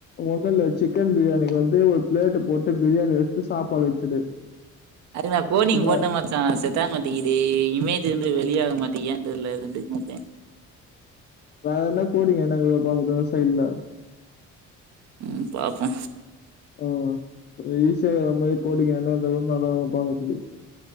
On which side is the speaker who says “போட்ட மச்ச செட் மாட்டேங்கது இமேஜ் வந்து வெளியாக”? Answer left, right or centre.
Right